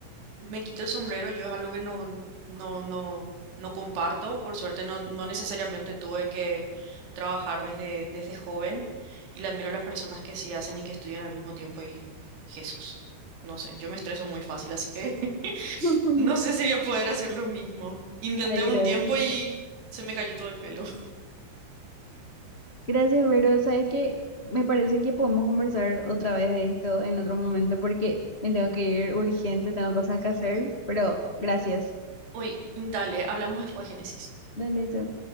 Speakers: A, on the right (about 85°); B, on the left (about 70°).
A: me quito el sombrero. Yo es algo que no, no, no, no no comparto. Por suerte no, no necesariamente tuve que trabajar desde, desde joven. Y le admiro a las personas que sí hacen y que estudian al mismo tiempo. Y Jesús, no sé, yo me estreso muy fácil, así que <laughs>
B: <laughs>
A: no sé si voy a poder hacer lo mismo. Intenté
B: Ay,
A: un
B: gracias.
A: tiempo y se me cayó todo el pelo.
B: Gracias, Vero. Sabes que me parece que podemos conversar otra vez de esto en otro momento porque me tengo que ir urgente, tengo cosas que hacer, pero gracias.
A: Uy, dale, hablamos después, Génesis.
B: Dale, chao.